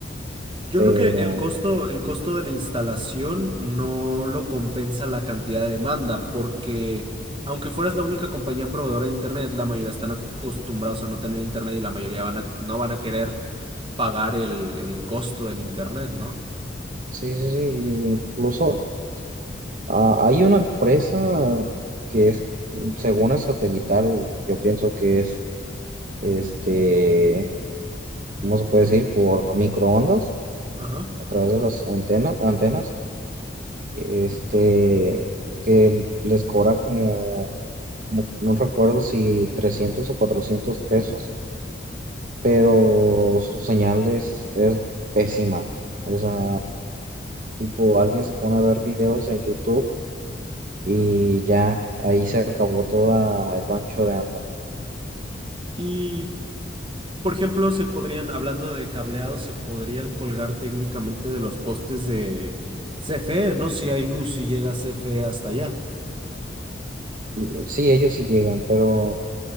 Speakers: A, on the right (about 25°); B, on the right (about 45°).
A: Yo
B: pero
A: creo que el costo, el costo de la instalación no lo compensa la cantidad de demanda, porque aunque fueras la única compañía proveedora de internet, la mayoría están acostumbrados a no tener internet y la mayoría van a- no van a querer pagar el, el costo del internet, ¿no?
B: sí, sí, sí. Incluso ah, hay una empresa que es, según es satelital, yo pienso que es, este, ¿cómo se puede decir? Por microondas,
A: Ajá.
B: a través de las antenas, antenas, este, que les cobra como no, no recuerdo si 300 o 400 pesos, pero su señal es, es pésima. O sea, tipo, alguien se pone a ver videos en YouTube y ya ahí se acabó toda el bancho de anda.
A: Y, por ejemplo, se podrían, hablando de cableado, se podrían colgar técnicamente de los postes de CFE, ¿no? Si hay luz, si llega CFE hasta allá.
B: Mm, Sí, ellos sí llegan, pero